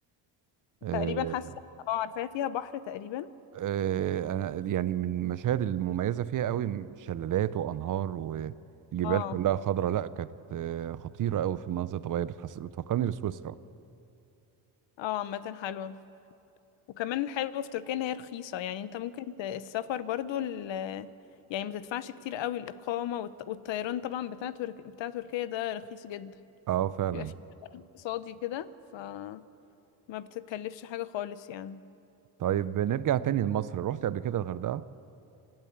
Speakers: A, on the right; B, on the left.
A: آه،
B: تقريبا حاسة اه عارفاها فيها بحر تقريبا
A: آه، انا يعني من المشاهد المميزه فيها قوي شلالات وانهار وجبال
B: اه
A: كلها خضراء لا كانت آه، خطيره قوي في المناظر الطبيعيه بتحس بتفكرني بسويسرا
B: اه عامة حلوة وكمان الحلو في تركيا ان هي رخيصة يعني انت ممكن ت- السفر برضو ال يعني ما تدفعش كتير قوي الإقامة والط- والطيران طبعا بتاع ترك... بتاع تركيا ده رخيص جدا
A: اه فعلا
B: بيبقى فيه اقتصادي كده فما بتكلفش حاجة خالص يعني
A: طيب نرجع تاني لمصر رحت قبل كده الغردقه